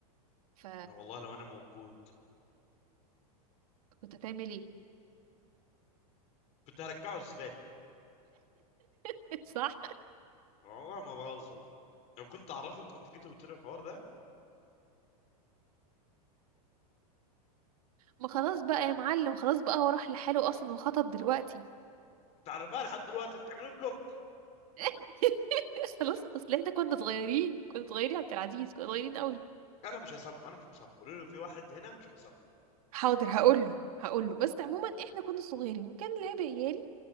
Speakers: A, on the right; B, on the left.
A: ف
B: أنا والله لو أنا موجود
A: كنت هتعمل ايه
B: كنت هرجعه الزبالة
A: <laughs> صح
B: والله ما بهزر لو كنت أعرفك وأنت جيت قلت لي الحوار ده
A: ما خلاص بقى يا معلم خلاص بقى هو راح لحاله اصلا وخطب دلوقتي
B: تعرفها لحد دلوقتي أنت تعمله بلوك
A: <laughs> خلاص اصل احنا كنا صغيرين كنا صغيرين يا عبد العزيز كنا صغيرين قوي
B: انا مش هسامحه انا مش مسامحه قولوا له في واحد هنا مش مسامحه
A: حاضر هقول له هقول له بس عموما احنا كنا صغيرين كان لعب عيال